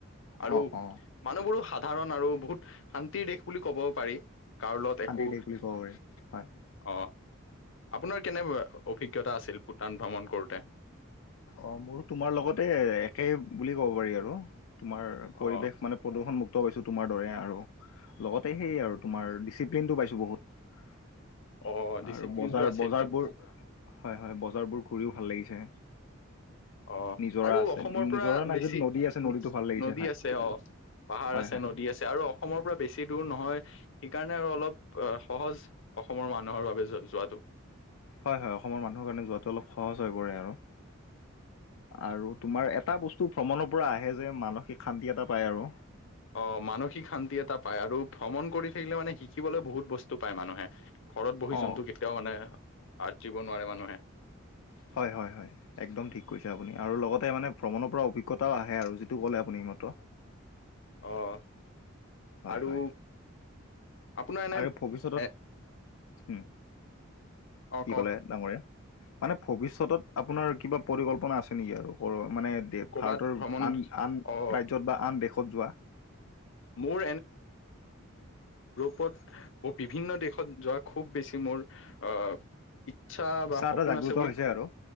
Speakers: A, on the left; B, on the left.
A: আৰু
B: অ অ
A: মানুহবোৰো সা। ধাৰণ আৰু বহুত শান্তিৰ দেশ বুলি ক'ব পাৰি। কাৰোঁ লগত
B: শান্তিৰ
A: একো
B: দেশ বুলি ক'ব পাৰি হয়
A: অ। আপোনাৰ কেনে অভিজ্ঞতা আছিল ভূটান ভ্ৰমণ কৰোঁতে।
B: অ মোৰ তোমাৰ লগতে একেই বুলি ক'ব পাৰি আৰু। তোমাৰ পৰিৱেশ
A: অ
B: মানে প্ৰদূষণমুক্ত পাইছোঁ তোমাৰ দৰে আৰু। লগতে সেই আৰু তোমাৰ ডিচিপ্লিনটো পাইছোঁ বহুত।
A: অ ডিচিপ্লিনটো
B: আৰু বজাৰ
A: আছিল
B: বজাৰবোৰ
A: তাত
B: হয় হয় বজাৰ বোৰ ঘূৰিও ভাল লাগিছে।
A: অ
B: নিজৰা
A: আৰু
B: আছে
A: অসমৰ পৰা
B: নিজৰা নাই
A: বেছি
B: যদি নদী আছে নদীটো ভাল লাগিছে
A: নদী
B: হয়
A: আছে অ। পাহাৰ
B: হয়
A: আছে
B: হয়
A: নদী আছে আৰু অসমৰ পৰা বেছি দূৰ নহয় সেইকাৰণে। নে আৰু অলপ সহজ অসমৰ মানুহৰ বাবে যোৱাটো।
B: হয় হয় অসমৰ মানুহৰ কাৰণে যোৱাটো অলপ সহজ হৈ পৰে আৰু। আৰু তোমাৰ এটা বস্তু ভ্ৰমণৰ পৰা আহে যে মানসিক শান্তি এটা পায় আৰু।
A: অ মানসিক শান্তি এটা পায় আৰু ভ্ৰমণ কৰি থাকিলে মানে শিকিবলৈ বহুত বস্তু পায় মানুহে। ঘৰত বহি
B: অঁ
A: জন্তু কেতিয়াও মানে আৰ্জিব নোৱাৰে মানুহে।
B: হয় হয় হয় একদম ঠিক কৈছে আপুনি আৰু লগতে মানে ভ্ৰমণৰ পৰা অভিজ্ঞতাও আহে আৰু যিটো ক'লে আ। আপুনি এইমাত্ৰ।
A: অহ
B: হয়
A: আৰু।
B: হয়
A: আপোনাৰ এনে
B: আৰু ভৱিষ্যতত
A: এ।
B: উম
A: অ
B: কি
A: কওক
B: ক'লে ডাঙৰীয়া। মানে ভৱিষ্যতত আপোনাৰ কিবা পৰিকল্পনা আছে নেকি আৰু মানে
A: ক'বাত
B: ভাৰতৰ
A: ভ্ৰমণ
B: আন আন
A: অ
B: ৰাজ্যত বা আন দেশত যোৱা
A: মোৰ প বিভিন্ন দেশত যোৱা খুব বেছি মোৰ আহ ইচ্ছা বা সপোন
B: এটা জাগ্ৰত
A: আছে বুলি
B: হৈছে
A: ক
B: আৰু